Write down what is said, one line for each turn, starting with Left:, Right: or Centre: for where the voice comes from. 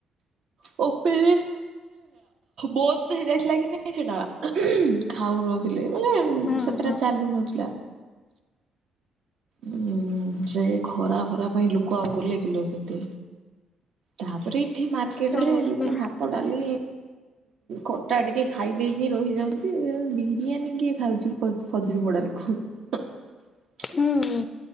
Right: <unintelligible> ବନ୍ଦ ହେଇଯାଇଥିଲା କି ନାଇଁ ଖାଉନୁ। ମାନେ
Left: ହୁଁ
Right: ସେତଟା
Left: ହୁଁ
Right: ଚାଲୁ ନଥିଲା। ହୁଁ ସେ ଖରା ଫରା ପାଇଁ ଲୋକ ଆଉ ଗଲେ କିଲ ସେଟି। ତାପରେ ଏଠି ମାର୍କେଟ
Left: ଓହୋ
Right: ରେ ଲୋକ ଭାତ, ଡାଲି। ଖଟା ଟିକେ ଖାଇ ଦେଇ କି ରହିଯାଉନ୍ତି ବିରିୟାନୀ କିଏ ଖାଉଛି ଫଦ୍ରପଡ଼ାରେ କୁ। <inaudible>
Left: ହୁଁ